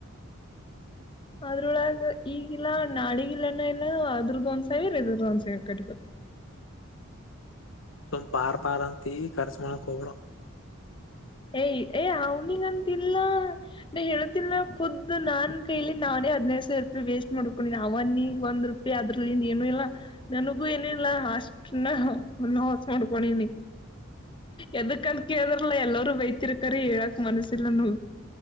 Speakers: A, on the left; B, on the left.
A: ಅದ್ರೊಳಗ ಈಗಿಲ್ಲಾ ನಾಳಿಗಿಲ್ಲನ ಇಲ್ಲ ಅದ್ರದ್ದ ಒಂದ್ ಸೈಡ್ ಇದ್ರದ ಒಂದ್ ಸೈಡ್ ಕಟ್ಬೇಕು.
B: ಸಂಪಾರ ಪಾರಂತಿ ಕರೀಸ್ಮಾಡಕೋಬೇಡ
A: ಏಯ ಏ ಅವ್ನಿಗಂತಿಲ್ಲ ನೀ ಹೇಳತಿಲ್ಲ ಪುದ್ದು ನಾನ್ ಕೈಲಿ ನಾನ್ ಹದನೈದು ಸಾವಿರ ರೂಪಾಯಿ ವೇಸ್ಟ್ ಮಾಡ್ಕೊಂಡಿನ ಅವನಿಗ ಒಂದರೂಪಾಯಿ ಅದ್ರಿಂದ ಏನು ಇಲ್ಲ ನನಗೂ ಏನು ಇಲ್ಲ ಅಷ್ಟ ನಾ ನಸ ಮಾಡ್ಕೊಂಡಿನಿ ಎದಕ್ಂತ ಕೇಳಿದ್ರಲ್ಲ ಎಲ್ಲರೂ ವಯ್ತಿರ್ಕಾರೆ ಹೇಳಕ್ ಮನಸಿಲ್ಲ ನೊ